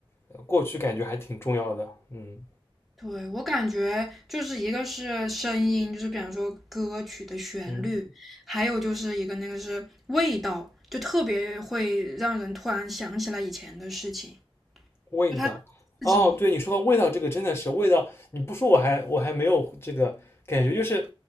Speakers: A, on the left; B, in the centre.
A: 呃过去感觉还挺重要的，嗯
B: 对，我感觉就是一个是声音，就是比方说歌曲的旋律，
A: 嗯
B: 还有就是一个那个是味道，就特别会让人突然想起来以前的事情，
A: 味道，
B: 就它刺激你，
A: 哦，对，你说到味道，这个真的是味道，你不说我还我还没有这个感觉，就是